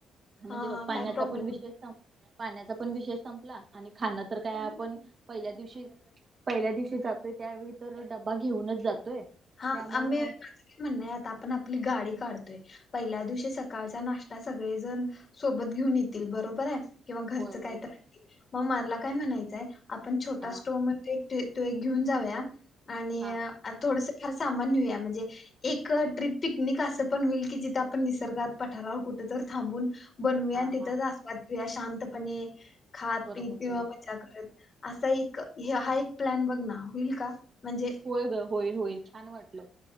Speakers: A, on the right; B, on the left.
A: म्हणजे
B: हा हा
A: पाण्याचा
B: काय प्रॉब्लेम
A: पण विषय संप- पाण्याचा पण विषेय संपला, आणि खाणं तर काय आपण, पहिल्या दिवशी- पहिल्या दिवशी जातोय त्यावेळी तर डबा घेऊनच जातोय.
B: हा,
A: त्यामुळं
B: आम्ही मांझ कसं म्हणणय आता आपण आपली गाडी काढतोय- पहिल्या दिवशी सकाळचा नाश्ता सगळे जण सोबत घेऊन येतील, बरोबर आहे- किंवा घरचं
A: होय बरोबर
B: काय तर आणतील, मग मला काय म्हणायचंय आपण छोटा
A: हा
B: स्टोव मिळ- तो एक तो एक घेऊन जाऊया, आणि
A: हा
B: अ थोडस फार सामान नेऊया म्हणजे- एक अ ट्रीप पिकनिक असं पण होईल की जिथं, आपण निसर्गात पठारावर कुठ तर थांबून- बनवूया
A: हा
B: आणि तिथंच
A: हा
B: आस्वाद घेऊया, शांतपणे खात
A: बरोबर
B: पीत किंवा
A: बरोबर
B: मज्जा करत- असा एक, हा एक प्लॅन बघ ना होईल का, म्हणजे-
A: होय ग होईल होईल छान वाटलं